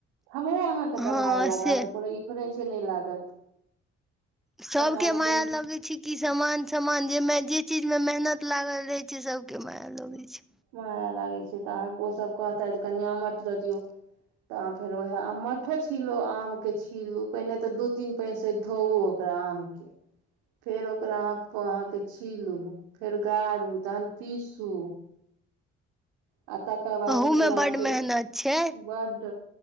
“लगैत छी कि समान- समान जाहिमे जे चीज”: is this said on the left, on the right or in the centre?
Centre